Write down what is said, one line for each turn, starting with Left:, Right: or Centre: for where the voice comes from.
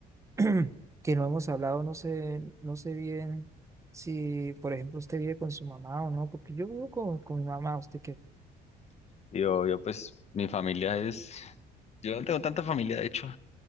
Right: <clears throat> que no hemos hablado, no sé, no sé bien si, por ejemplo, usted vive con su mamá o no, porque yo vivo con, con mi mamá, usted qué,
Left: Yo, yo, pues, mi familia es... Yo no tengo tanta familia, de hecho.